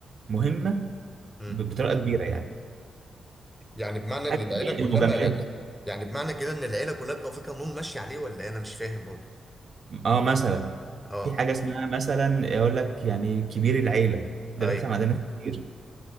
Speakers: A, on the right; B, in the centre.
A: مهمة
B: مم.
A: ب- بطريقة كبيرة يعني
B: يعني بمعنى
A: حاجة
B: ان العيله
A: تانية
B: كلها
A: مم. المجاملات
B: يعني يعني بمعنى كده ان العيله كلها بتبقى في قانون ماشي عليه ولا ايه؟ انا مش فاهم برضو
A: اه مثلا
B: اه
A: في حاجة اسمها مثلا أقول لك يعني كبير العيلة ده
B: ايوه
A: بيحصل عند ناس كتير